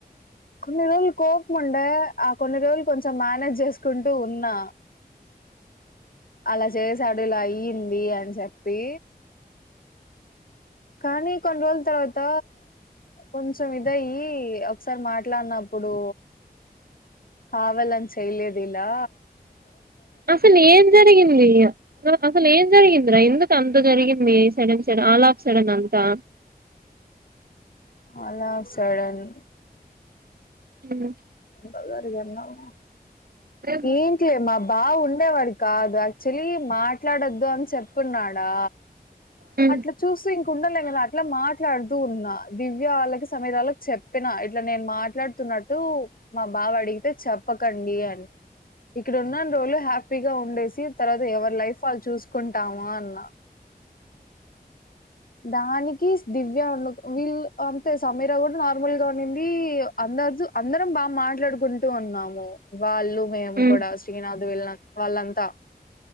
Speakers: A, on the left; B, on the right.
A: కొన్ని రోజులు కోపముండే, ఆ కొన్ని రోజులు కొంచెం మేనేజ్ చేసుకుంటూ ఉన్నా అలా చేసాడు ఇలా అయ్యింది అని చెప్పి. కానీ కొన్ని రోజుల తర్వాత కొంచెం ఇదయ్యి ఒకసారి మాట్లాడినప్పుడు కావలన్ చెయ్లేదిలా
B: అసలు ఏం జరిగింది, అసలు ఏం జరిగిందిరా ఎందుకు అంత్ ఇంత జరిగింది సడన్ స ఆలా ఆఫ సడెన్ అంతా.
A: అల్ ఆర్ సడన్
B: ఉమ్
A: ప్చ్
B: ఉమ్,
A: ఏంటియే మా బావ ఉండేవాడి అదీ యాక్చువలీ మాట్లాడొద్దు అని చెప్పున్నాడా
B: ఉమ్.
A: అట్లా చూసి ఇం ఉండలే కదా అట్లా మాట్లాడుతూ ఉన్నా దివ్యవాళ్ళకి సమీరాలో చెప్పినా ఇట్లా నేను మాట్లాడుతున్నా న్నట్టూ మా బావ అడిగితే చెప్పకండి అని ఇక్కడ ఉన్నన్ని రోజులు హ్యాపీగా ఉండేసి తర్వాత ఎవరి లైఫ్ వాళ్ళు చూసుకుంటామా అన్నా దానికి దివ్య ఉండ వీళ్ళు అంతే సమీరా కూడా నార్మల్ గా ఉండిందీ అందరి అందరం బాగా మాట్లాడుకుంటూ ఉన్నాము వాళ్ళు మేము
B: ఉమ్,
A: కూడా శ్రీనాథ్ వెళ్ళిన వాళ్ళంతా